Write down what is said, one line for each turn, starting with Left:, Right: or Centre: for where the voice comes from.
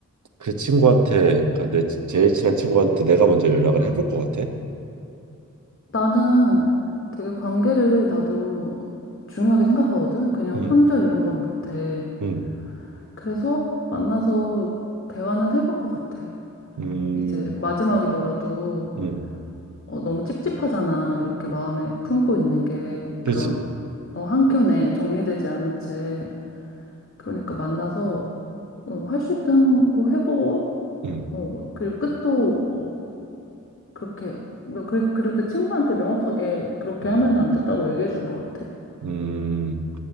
Right: 그 친구한테 그러니까 내 제일 친한 친구한테 내가 먼저 연락을
Left: 응,
Right: 해볼 것 같아.
Left: 나는 되게 관계를 나도 중요하게 생각하거든? 그냥
Right: 음,
Left: 손절 이런 건 못해.
Right: 음,
Left: 그래서 만나서 대화는 해볼 것 같아.
Right: 음,
Left: 이제 마지막이더라도
Right: 음.
Left: 어, 너무 찝찝하잖아. 이렇게 마음에 품고 있는 게 그런
Right: 그지?
Left: 어, 한켠에 정리되지 않은 채 그러니까 만나서 어, 할 수 있는 거 해보고
Right: 음.
Left: 어, 그리고 끝도 어, 그렇게 며- 그리- 그리고 그 친구한테 명확하게 그렇게
Right: 음.
Left: 하면 안 됐다고 얘기해 줄 것 같아.
Right: 음,